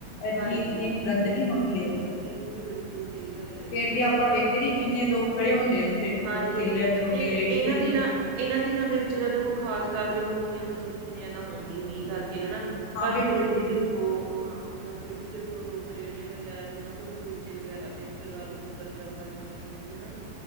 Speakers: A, on the left; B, on the right.
A: ਇੰਨੀ-
B: ਹਾਂਜੀ
A: ਇੰਨੀ- ਇੰਨੀ ਗੰਦਗੀ ਹੁੰਦੀ ਐ ਉੱਥੇ।
B: ਬਿਲਕੁਲ- ਬਿਲਕੁਲ ਸਹੀ ਗੱਲ ਐ।
A: ਫੇਰ ਵੀ ਆਪਾਂ ਵੇਖਿਆ, ਕਿ ਕਿੰਨੇ ਲੋਕ ਖੜੇ ਹੁੰਦੇ ਉੱਥੇ,
B: ਹਾਂਜੀ-ਹਾਂਜੀ
A: ਠੇਲੇ ਜੋ ਹੋ
B: ਤੇ
A: ਗਏ, ਰੇਹੜੀ
B: ਇਹਨਾਂ
A: ਦੇ ਉੱਤੇ।
B: ਦਿਨਾਂ ਇਹਨਾਂ ਦਿਨਾਂ ਦੇ ਵਿੱਚ ਤਾਂ ਦੇਖੋ, ਖਾਸ ਕਰਕੇ ਮੱਖੀਆਂ- ਮੱਛਰ ਕਿੰਨੇ ਜ਼ਿਆਦਾ ਹੋਣਗੇ, ਮੀਂਹ ਕਰਕੇ ਹਨਾ।
A: ਹਾਂ
B: ਪਰ
A: ਬਿਲਕੁਲ
B: ਫਿਰ
A: ਜੀ
B: ਵੀ ਦੇ ਹੋ ਹਾਂ, ਮਤਲਬ ਫੇਰ ਵੀ ਦੇਖੋ, ਲੋਕ ਰੇਹੜੀਆਂ- ਵਗੈਰਾ ਦੇ ਹਨਾ, ਕੋਈ ਕੁਲਚੇ-ਵਗੈਰਾ ਤੇ ਲਗਾ ਲੋ, ਕੋਈ ਬਰਗਰ ਵਾਲੀਆਂ ਰੇਹੜੀਆਂ ਤੇ ਨਾ।